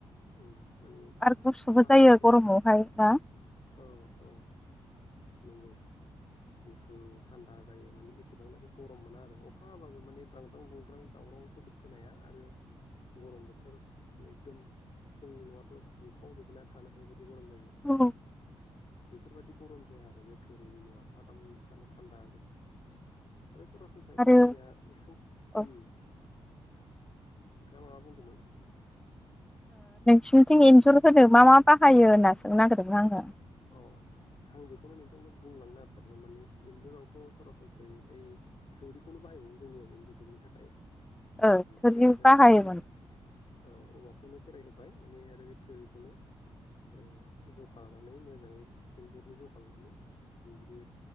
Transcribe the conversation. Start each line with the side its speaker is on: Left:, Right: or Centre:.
Left: उम माने
Centre: आरो गुसुबो
Left: अखा
Centre: जायो
Left: हानायफोरखौ
Centre: गरमावहाय ना
Left: औ औ नंगौ गुसु थान्दा जायो माने एसे जेसेबांनाखि गरम मोना आरो अखा हाबाबो माने द्रांद्रां ब्रुंद्रां दावराव सोदोब खोनाया आरो गरम बोथोर एखदम थिंनि न'आथ' दुंखावजोबोना थानो हायिबायदि बिदि गरम जायो
Centre: औ
Left: बेफोरबायाददि गरम जाया आरो बे थोरिनि न'आ आराम थानो थान्दा आरो सरासनस्रायैथ'
Centre: आरो
Left: जोंनिया उसुं
Centre: औ
Left: उम नोंथाङा माबा बुंदोंमोन
Centre: सिनिथिं एन्जुर होनो मा मा बाहायो होनना सोंनो नागिरोदों आङो
Left: अ आं बेखौनो नोंथांनो बुंलांनो नागेरखादोंमोन माने इन्जुरावथ' सरासनस्रायै ओइ थोरिखौनो बाहायबावो जोंनियाव इन्जुर दुमनो थाखाय
Centre: ओ थोरि
Left: फेराय होनोनानै
Centre: बाहायोमोन
Left: बे औ औवाखौनो फेराइहोबाय माने आरो बे थोरिखौनो आरो जखा नाय मोजाङै इनजुरनि जखा लानानै‌ बे‌